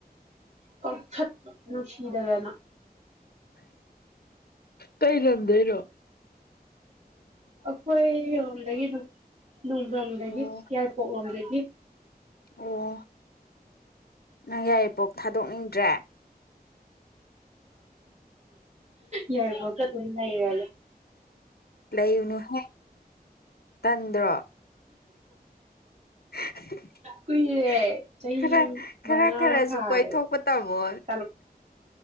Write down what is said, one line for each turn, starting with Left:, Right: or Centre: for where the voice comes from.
Right: ꯀꯔꯊꯠꯅꯅꯨꯡ ꯁꯤꯗꯒꯅ
Left: ꯀꯩꯔꯝꯗꯣꯏꯅꯣ
Right: ꯑꯩꯈꯣꯏ ꯂꯣꯝꯗꯒꯤ ꯅꯣꯡ ꯂꯣꯝꯗꯒꯤ
Left: ꯑꯣ
Right: ꯌꯥꯏꯄꯣꯛ ꯂꯣꯝꯗꯒꯤ
Left: ꯑꯣ ꯅꯪ ꯌꯥꯔꯤꯄꯣꯛ ꯊꯥꯗꯣꯛꯅꯤꯡꯗ꯭ꯔꯦ
Right: ꯌꯥꯔ ꯐꯒ ꯊꯅ ꯏꯔꯂ
Left: ꯂꯩꯌꯨꯅꯨꯍꯦꯛ ꯇꯟꯗ꯭ꯔꯣ <inaudible>
Right: ꯀꯨꯏꯔꯦ ꯆꯍꯤ
Left: ꯈꯔ ꯈꯔ
Right: ꯃꯉꯥ
Left: ꯈꯔꯁꯨ
Right: ꯐꯥꯔꯦ
Left: ꯀꯣꯏꯊꯣꯛꯄ ꯇꯥꯝꯃꯣ
Right: ꯇꯔꯨꯛ